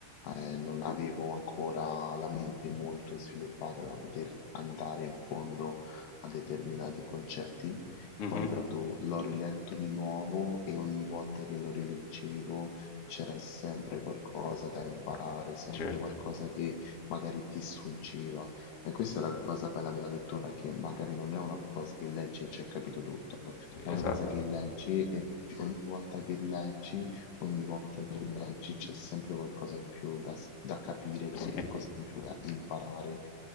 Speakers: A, on the left; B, on the left.
A: eh, non avevo ancora la mente molto sviluppata da poter andare in fondo a determinati concetti
B: Mhm,
A: poi l'ho do- l'ho riletto di nuovo e ogni volta che lo rileggevo c'era sempre qualcosa da imparare, sempre
B: certo,
A: qualcosa che magari ti sfuggiva. E questa è la cosa bella della lettura, che magari non è una cosa che leggi e c'è capito tutto, è
B: esatto.
A: una cosa che leggi e ogni volta che rileggi, ogni volta che rileggi c'è sempre qualcosa in più da, da capire, qualcosa
B: Sì.
A: in più da imparare